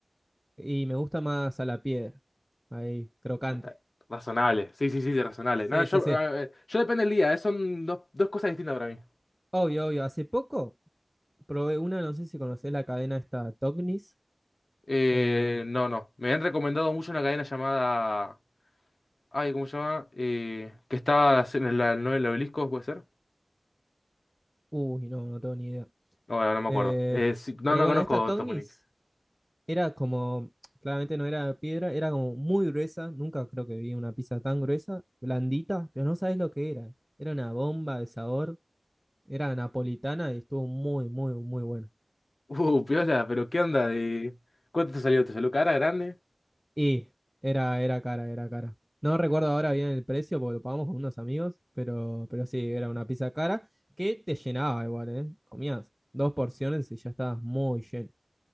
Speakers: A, in the centre; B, on the left.
A: y me gusta más a la piedra. Ahí, crocante.
B: Está- Razonable, sí, sí, sí, sí, razonable.
A: Sí,
B: No, yo,
A: sí, sí.
B: eh, yo depende del día, eh, son dos, dos cosas distintas para mí.
A: Obvio, obvio. Hace poco probé una, no sé si conocés la cadena esta Tognis.
B: Eh,
A: Eh,
B: no, no, me han recomendado mucho una cadena llamada... Ay, ¿cómo se llama? Eh, que está en el, en el obelisco, ¿puede ser?
A: uy, no, no tengo ni idea.
B: No, no, no me acuerdo.
A: Eh,
B: Eh, sí, no,
A: pero
B: no
A: bueno,
B: conozco
A: esta Tognis
B: Toponic.
A: era como, claramente no era piedra, era como muy gruesa. Nunca creo que vi una pizza tan gruesa, blandita, pero no sabés lo que era. Era una bomba de sabor. Era napolitana y estuvo muy, muy, muy buena.
B: Uh, piola, pero ¿qué onda? de- ¿Cuánto te salió? ¿Te salió cara grande?
A: Y era, era cara, era cara. No recuerdo ahora bien el precio porque lo pagamos con unos amigos, pero, pero sí, era una pizza cara que te llenaba igual, ¿eh? Comías dos porciones y ya estabas muy lleno.